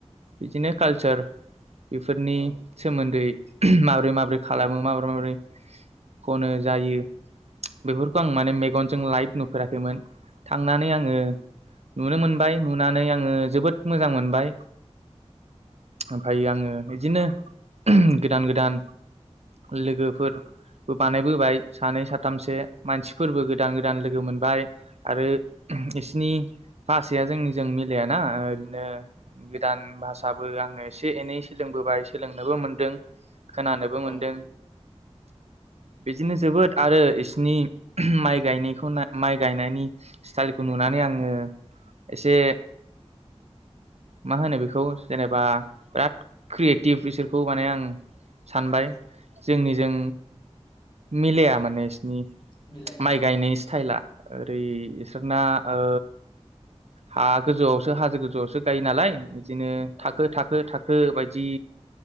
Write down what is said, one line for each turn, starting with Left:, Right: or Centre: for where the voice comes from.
Right: बिदिनो कालचार बेफोरनि
Left: औ
Right: सोमोन्दै माबोरै माबोरै खालामो माबोरै माबोरै खनो जायो। बेफोरखौ आं
Left: औ
Right: माने मेगनजों लाइभ नुफेराखैमोन थां नानै आंङो
Left: औ
Right: नुनो मोन बाय नुनानै आङो जोबोद मोजां मोनबाय। ओमफ्राय आंङो बिदिनो गोदान-गोदान लोगोफोर बो बानायबोबाय। सानै साथामसो मानसिफोरबो गोद गोदान-गोदान लोगो मोनबाय आरो बिसिनि भासाया जोंनिजों मिलायाना ओ नों गोदान भास बाबो आंङो से एनै सोलोंबोबाय सोलोंनोबो मोनदों। खोनानोबो
Left: औ-औ-औ-औ-औ-औ-औ
Right: मोनदों बिदिनो जोबोद आरो बिसिनि माइ गायनायखौ माइ गायनायनि स्टाइलखौ नुनानै आङो एसे मा होनो बेखौ जेनेबा बिराद क्रियेटिभ बिसोरखौ माने आं सानबाय जोंनि जों मिलाया माने एसिनि
Left: मिलाया
Right: माइ गायनाय स्टाइला ओरै बिसोरना ओ हा गोजौआवसो हाजो गोजौ जौआवसो गायो नालाय बिदिनो
Left: औ-औ-औ-औ-औ
Right: थाखो-थाखो-थाखो हो बायदि